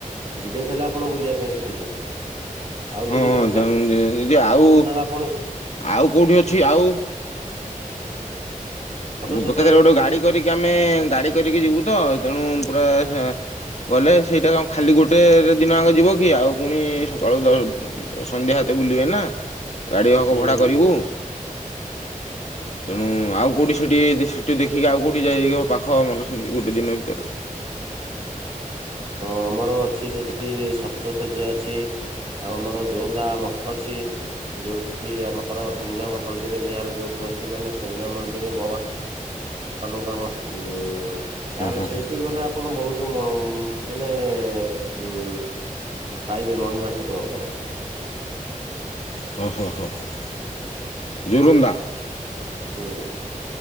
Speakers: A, on the right (about 45°); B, on the left (about 50°).
A: ଯିବେ ତାହେଲେ ସେଠି ଆପଣ ବୁଲିବା ପାଇଁ ସେଠିକି? ଆଉ
B: ହଁ
A: ଯଦି ଢେଙ୍କାନାଳ
B: ଦି -ଦି ଆଉ
A: ଆପଣ
B: ଆଉ କେଉଁଠି ଅଛି ଆଉ?
A: ସତସଯ୍ୟା
B: ମୋ ପାଖରେ ଗୋଟେ ଗାଡ଼ି କରିକି ଆମେ ଗାଡ଼ି କରିକି ଯିବୁ ତ ତେଣୁ ପୁରା ହେ ଗଲେ ସେଇଟା କଣ ଖାଲି ଗୋଟେ ଦିନ ଆଗେ ଯିବ କି ଆଉ ପୁଣି ସକାଳୁ ଦଳୁ ସନ୍ଧ୍ୟା ଏତେ ବୁଲିବେ ନା। ଗାଡ଼ି ହକ୍
A: ହୁଁ
B: ଭଡ଼ା
A: ହୁଁ
B: କରିବୁ ତେଣୁ ଆଉ କେଉଁଠି ସେଠି ସେଠି ଦେଖିକି ଆଉ କେଉଁଠି ଯାଇକି ପାଖ ମନେ ସେମିତି ଗୋଟେ ଦିନ ଭିତରେ?
A: ହଁ ଆମର ଅଛି ସେଠି ସପ୍ତ ଶଯ୍ୟା ଅଛି। ଆଉ ଆମର ଜୋଅନ୍ଦା ମଠ ଅଛି। ଯୋଉଠି କି ଆମର ଶୂନ୍ୟ ମନ୍ଦିର ବିହାର ଯୋଉ କୁହନ୍ତି ମାନେ ଶୂନ୍ୟ ମନ୍ଦିରରେ ଭବା ତମକୁ ଆମ ଉଁ ତାର
B: ହଁ ହଁ
A: ସେଇଠି
B: ହଁ
A: ଗଲେ ଆ ଆପଣ ବହୁତ ମୁଁ ମାନେ ଉଁ ପାଇବେ ମହିମା ଠାକୁରଙ୍କର।
B: ହଁ ହଁ ହଁ ହଁ ଯୋରନ୍ଦା।
A: ହୁଁ।